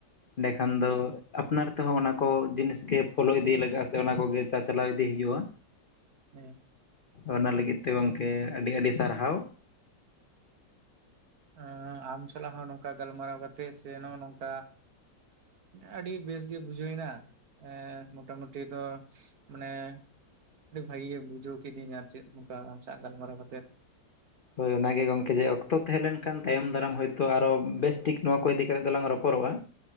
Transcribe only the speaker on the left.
ᱮᱸᱰᱮᱠᱷᱟᱱ ᱫᱚ ᱟᱯᱱᱟᱨ ᱛᱮᱦᱚᱸ ᱚᱱᱟ ᱠᱚ ᱡᱤᱱᱤᱥ ᱜᱮ ᱯᱷᱚᱞᱳ ᱤᱫᱤ ᱞᱟᱜᱟᱜᱼᱟ ᱥᱮ ᱚᱱᱟ ᱠᱚᱜᱮ ᱪᱟ ᱪᱟᱞᱟᱣ ᱤᱫᱤ ᱦᱩᱭᱩᱜᱼᱟ᱾
ᱚᱱᱟ ᱞᱟᱹᱜᱤᱫ ᱛᱮ ᱜᱚᱝᱠᱮ ᱟᱹᱰᱤ ᱟᱹᱰᱤ ᱥᱟᱨᱦᱟᱣ᱾
ᱦᱳᱭ ᱚᱱᱟᱜ ᱜᱮ ᱜᱚᱝᱠᱮ ᱡᱮ ᱚᱠᱛᱚ ᱛᱟᱦᱮᱸ ᱞᱮᱱ ᱠᱷᱟᱱ ᱛᱟᱭᱚᱢ ᱫᱟᱨᱟᱢ ᱦᱚᱭᱛᱚ ᱟᱨᱚ ᱵᱮᱥᱴᱷᱤᱠ ᱱᱚᱣᱟ ᱠᱚ ᱤᱫᱤ ᱠᱟᱛᱮᱫ ᱫᱚᱞᱟᱝ ᱨᱚᱯᱚᱨᱚᱜᱼᱟ᱾